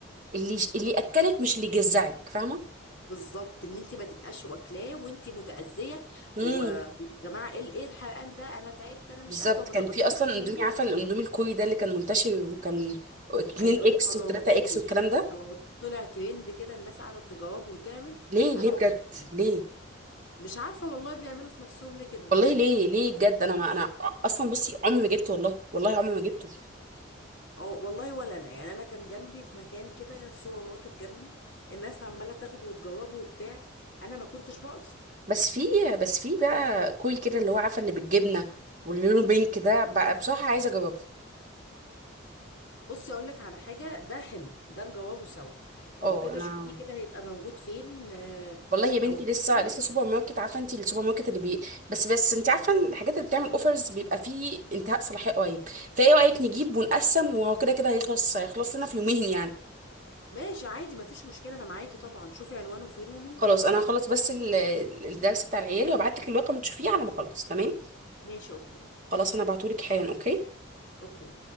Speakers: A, on the right (about 40°); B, on the left (about 60°).
A: اللي اللي اكلك مش اللي جزعك فاهمه
B: بالظبط ان انت ما تبقاش واكلاه وانت متاذيه
A: امم
B: و- ويا جماعه ايه ايه الحرقان ده انا تعبت انا مش
A: بالظبط
B: قادره وما
A: كان
B: تقدريش
A: في اصلا
B: تكملي
A: اندومي عارفه الاندومي الكوري ده اللي كان منتشر وكان 2
B: عايزه اقول
A: اكس
B: لك ما جربتوش
A: و3 اكس والكلام ده
B: لما طلع ترند كده الناس قاعده تجاوب وتعمل
A: ليه ليه
B: انا ما
A: بجد
B: جربتوش.
A: ليه
B: مش عارفه والله بيعملوا في نفسهم ليه كده
A: والله
B: بجد
A: ليه ليه بجد انا ما انا اصلا بصي عمري ما جبته والله والله عمري ما جبته
B: أو والله ولا انا يعني انا كان جنبي في مكان كده في سوبر ماركت جنبي الناس عماله تاخده وتجربه وبتاع انا ما كنتش بقص
A: بس في بس في بقى كوري كده اللي هو عارفه اللي بالجبنه واللي لونه بينك ده بقى بصراحه عايزه اجربه
B: بصي اقول لك على حاجه ده حلو ده نجربه سوا
A: اه
B: لو كده
A: انا
B: شوفيه كده هيبقى موجود فين آه،
A: والله يا بنتي
B: او مثلا
A: لسه لسه سوبر ماركت عارفه انت السوبر ماركت اللي بي بس بس انت عارفه إن الحاجات اللي بتعمل اوفرز بيبقى فيه انتهاء صلاحيه قريب فايه رايك نجيب ونقسم وهو كده كده هيخلص هيخلص لنا في يومين يعني
B: ماشي عادي ما فيش مشكله انا معاكي طبعا شوفي عنوانه فين ونروح
A: خلاص انا هخلص بس ال- الدرس بتاع العيال وابعت لك الورقه تشوفيه على ما اخلص تمام
B: ماشي اوكي
A: خلاص انا هبعته لك حالا اوكي
B: اوكي